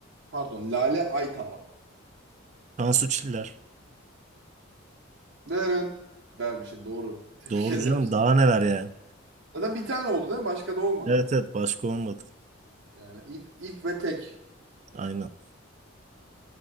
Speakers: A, on the right; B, on the right.
A: Pardon Lale Aytaman.
B: Tansu Çiller.
A: Derin. Dermişim doğru. <laughs> Tebrik
B: Doğru
A: ederim.
B: canım. Daha neler yani.
A: Zaten bir tane oldu değil mi? Başka da olmadı.
B: Evet evet başka olmadı.
A: Yani ilk, ilk ve tek.
B: Aynen.